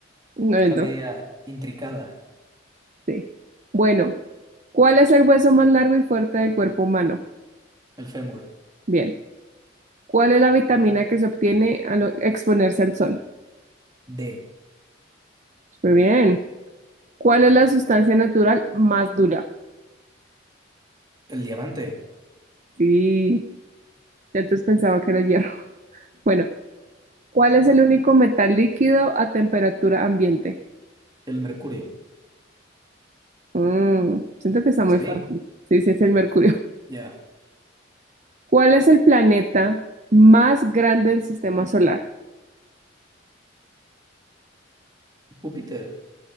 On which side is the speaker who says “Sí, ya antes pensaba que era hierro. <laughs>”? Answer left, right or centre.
Right